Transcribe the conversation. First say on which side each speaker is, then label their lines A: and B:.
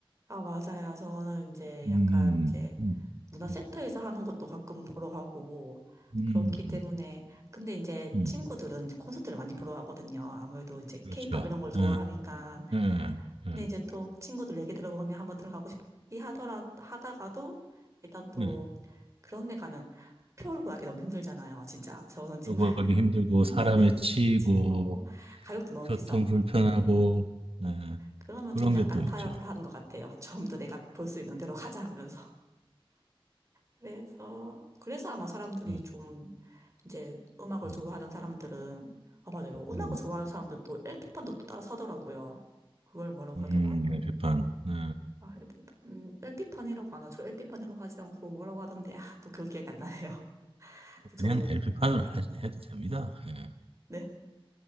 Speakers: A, on the right; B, on the right.
A: 아, 맞아요. 저는 이제
B: 음,
A: 약간 이제
B: 음,
A: 문화센터에서
B: 음,
A: 하는 것도 가끔 보러 가고
B: 음,
A: 그렇기 때문에
B: 음,
A: 근데 이제
B: 음.
A: 친구들은 콘서트를 많이 보러 가거든요. 아무래도 이제
B: 그렇죠.
A: 케이팝 이런 걸 좋아하니까
B: 예, 예, 예,
A: 근데 이제 또 친구들 얘기 들어보면 한번 들어가고 싶기 하더라 하다가도 일단 또
B: 네.
A: 그런 데 가면 표를 구하기 너무 힘들잖아요. 진짜 저는 정말
B: 요구하기 힘들고,
A: <laughs> 네네
B: 사람에 치이고,
A: 치고 가격도 너무
B: 교통
A: 비싸고
B: 불편하고,
A: 네
B: 네.
A: 그러면
B: 그런
A: 좀 약간
B: 게 또 있죠.
A: 타협을 하는 것 같아요. 좀 더 내가 볼 수 있는 대로 가자 하면서 그래서, 그래서 아마 사람들이
B: 예.
A: 좀 이제 음악을
B: 음,
A: 좋아하는 사람들은, 아, 맞아요.
B: 음,
A: 음악을 좋아하는 사람들은 또 LP판도 또 따로 사더라고요. 그걸 뭐라고
B: 음,
A: 하더라?
B: 엘피판 네.
A: 아, LP판, 판이라고 안 하죠. LP판이라고 하지 않고 뭐라고 하던데, 아, 또 그 기억이 안 나네요. <laughs>
B: 뭐
A: 그래서
B: 그냥
A: 저도,
B: LP판으로 해도 됩니다. 예.
A: 네,